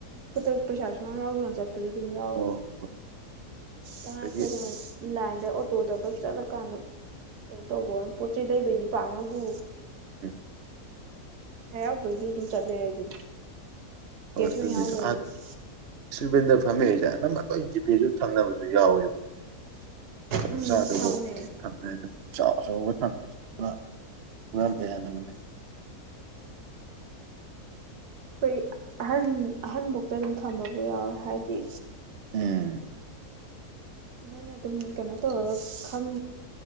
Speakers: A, on the right (about 80°); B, on the right (about 50°).
A: ꯈꯨꯠꯇ ꯄꯩꯁꯥ ꯁꯨꯡꯌ ꯌꯥꯎꯗꯅ ꯆꯠꯄ <unintelligible> ꯗꯨꯝ ꯌꯥꯎꯔꯅꯤ
B: ꯑꯣ ꯍꯣꯏ
A: ꯇꯉꯥꯏ
B: ꯑꯗꯒꯤ
A: ꯐꯗꯅ ꯂꯥꯏꯟꯗ ꯑꯣꯇꯣꯗꯒ ꯆꯠꯂꯀꯥꯟꯗ ꯀꯩꯅꯣ ꯇꯧꯕ ꯄꯣꯠ ꯆꯩ ꯂꯩꯕꯩꯗꯤ ꯄꯥꯛꯅꯕꯨ
B: <unintelligible>
A: ꯄꯩꯥꯁꯥ ꯌꯥꯎꯗ꯭ꯔꯁꯨ ꯑꯗꯨꯝ ꯆꯠꯂꯦ ꯑꯩꯗꯤ
B: ꯍꯣꯏ
A: ꯀꯦꯁ
B: ꯑꯗꯨꯅꯤꯁꯨ
A: ꯑꯣꯏꯅ ꯌꯥꯎꯗ꯭ꯔꯁꯨ
B: ꯑꯥ ꯏꯁꯇ꯭ꯔꯤꯠ ꯕꯦꯟꯗꯔ ꯐꯝꯃꯤꯉꯩꯁꯦ ꯑꯅꯝꯕ ꯂꯣꯏ ꯖꯤꯄꯦꯁꯨ ꯊꯝꯅꯕꯁꯨ ꯌꯥꯎꯋꯦꯕ ꯑꯞ
A: ꯎꯝ
B: ꯆꯥꯗ꯭ꯔꯕꯣ
A: ꯊꯝꯃꯦ
B: ꯊꯝꯃꯦ ꯑꯗꯨꯝ ꯆꯥꯁ ꯇꯧꯔꯒ ꯊꯝꯕꯁꯦ ꯄꯨꯔ ꯍꯨꯔꯥꯟꯕ ꯌꯥꯗꯕꯅꯦ
A: ꯑꯩꯈꯣꯏ ꯑꯍꯟ ꯑꯍꯟꯕꯧꯇ ꯑꯗꯨꯝ ꯊꯝꯕꯕꯨ ꯌꯥꯎꯋꯦ ꯍꯥꯏꯗꯤ
B: ꯎꯝ
A: ꯃꯣꯏꯅ ꯑꯗꯨꯝ ꯀꯩꯅꯣ ꯇꯧꯔꯒ ꯈꯪ